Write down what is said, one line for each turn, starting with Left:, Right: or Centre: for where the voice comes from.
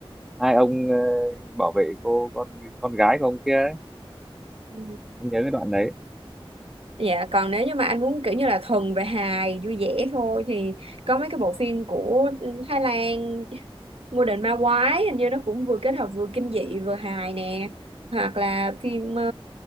Centre: hai ông ờ, bảo vệ cô con con gái của ông kia ấy,
Right: Ừ.
Centre: anh nhớ cái đoạn đấy.
Right: dạ còn nếu như mà anh muốn kiểu như là thuần về hài vui vẻ thôi thì có mấy cái bộ phim của Thái Lan Ngôi đền ma quái hình như nó cũng vừa kết hợp vừa kinh dị vừa hài nè hoặc là phim ờ,